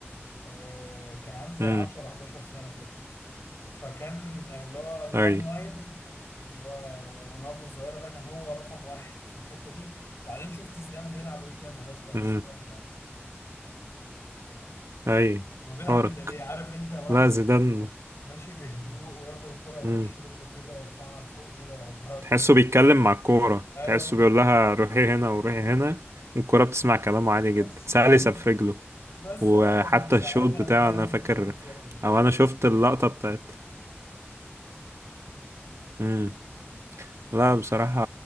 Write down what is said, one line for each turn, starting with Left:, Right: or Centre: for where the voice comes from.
Left: آه، كان عندي زي
Right: امم
Left: 10 11 سنه كده فكان اللي هو الار
Right: اي
Left: 9 اللي هو رونالدو الظاهرة ده كان هو رقم واحد في الحتة دي وبعدين شفت زيدان بيلعب قلت يا نهار ازرق مين
Right: امم
Left: ده يا جدعان
Right: اي
Left: هو بيلعب
Right: فارق
Left: كده ليه عارف انت واحد
Right: لا زيدان
Left: ماشي بهدوء وياخد الكرة بوش
Right: امم
Left: رجله كده يرفعها لفوق كده يحطها
Right: تحسه
Left: كده
Right: بيتكلم مع الكورة
Left: ايوه
Right: تحسه بيقول لها روحي هنا وروحي هنا والكورة بتسمع كلامه عادي جدا
Left: بس
Right: سهل يسفرجله
Left: وبس
Right: وحتى
Left: يا باشا من ساعتها
Right: الشوط بتاعه
Left: انا مرمي
Right: انا فاكر
Left: فوق من الفرقة دي
Right: او انا شفت اللقطة بتاعت مم. لا بصراحة